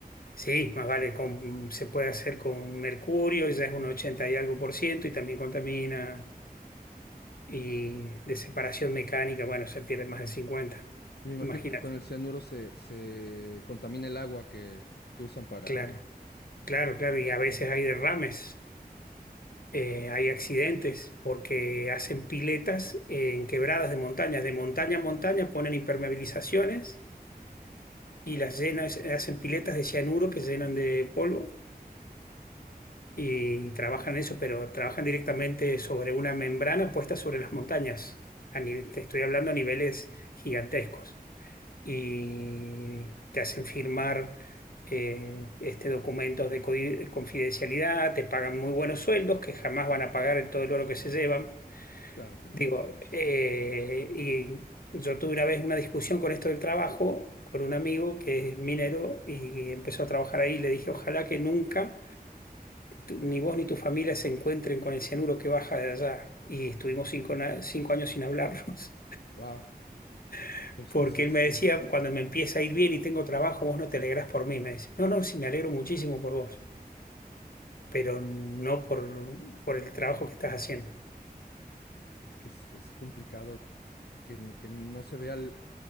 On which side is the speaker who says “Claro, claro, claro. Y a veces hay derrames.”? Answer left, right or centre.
Left